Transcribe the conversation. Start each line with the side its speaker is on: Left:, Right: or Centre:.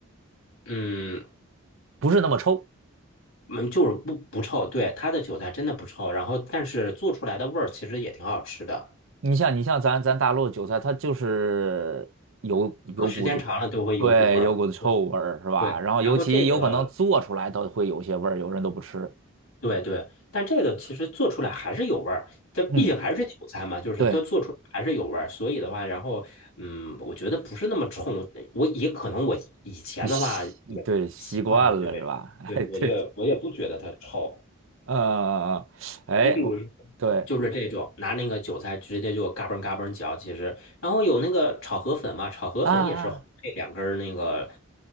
Left: 嗯，
Right: 不是那么臭。
Left: 嗯，就是不不臭，对，它的韭菜真的不臭，然后但是做出来的味儿其实也挺好吃的，
Right: 你像你像咱咱大陆的韭菜，它就是有有股子，
Left: 搁时间长了都会有股味儿。
Right: 对，有股子臭味儿，
Left: 对
Right: 是吧？
Left: 对，
Right: 然后尤其有可能做出来都会有些味儿，
Left: 然后这个
Right: 有人都不吃。
Left: 对对，但这个其实做出来还是有味儿，这毕竟还是韭菜嘛，
Right: 嗯，
Left: 就是它做出来还是有味儿，
Right: 对，
Left: 所以的话，然后嗯，我觉得不是那么冲，我也可能我以前的话也习惯了，
Right: 你习对习惯了是吧？
Left: 对对，
Right: <laughs> 哎，
Left: 我觉得我也不觉得它臭。
Right: 对，呃，嗯嗯哎，
Left: 你比如说。
Right: 我对
Left: 就是这种，拿那个韭菜直接就嘎嘣嘎嘣嚼，其实，然后有那个炒河粉嘛，炒河粉也是配两根儿那个
Right: 啊啊，